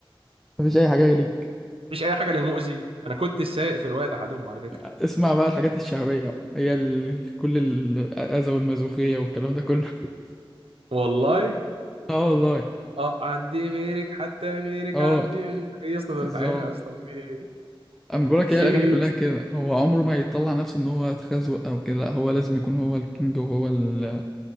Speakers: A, in the centre; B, on the right.
A: مفيش اي حاجه ليك
B: مفيش اي حاجه للمؤذي انا كنت سايق في روايه احدهم على فكره
A: اسمع بقى الحاجات الشعبية بقى. هي ال... كل الأذى والمازوخية والكلام ده كله <laughs>
B: والله
A: اه والله
B: اه عندي غيرك حتى غيرك
A: اه
B: عندي غيرك ايه يا اسطى ده
A: بالظبط
B: بتعايرها يا اسطى في ايه
A: انا بقول لك
B: في
A: هي الأغاني
B: ايه
A: كلها كده هو عمره ما يطلع نفسه إن هو اتخزوق أو كده لا هو لازم يكون هو الكينج وهو ال-